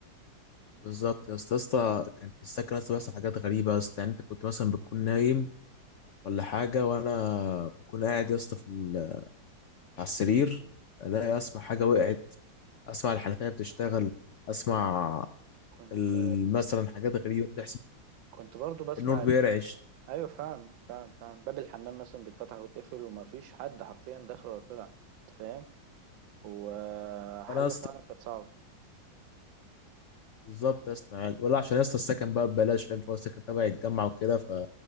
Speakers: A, on the left; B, on the right.
A: بالظبط يا اسطى يا اسطى كان في السكن يا اسطى بيحصل حاجات غريبه يا اسطى يعني انت كنت مثلا بتكون نايم ولا حاجه وانا بكون قاعد يا اسطى في ال- على السرير الاقي
B: مم.
A: اسمع حاجه وقعت اسمع الحنفيه بتشتغل اسمع
B: كنت
A: ال- مثلا حاجات غريبه بتحصل
B: كنت برضو بسمع
A: النور
B: الباب
A: بيرعش
B: ايوه فعلا فعلا فعلا باب الحمام مثلا بيتفتح ويتقفل وما فيش حد حرفيا داخل ولا طلع انت فاهم وحاجه
A: انا يا اسطى
B: فعلا كانت صعبه
A: بالظبط يا اسطى يعني ولا عشان يا اسطى السكن بقى ببلاش فاهم فهو السكن تبع الجامعه وكده ف-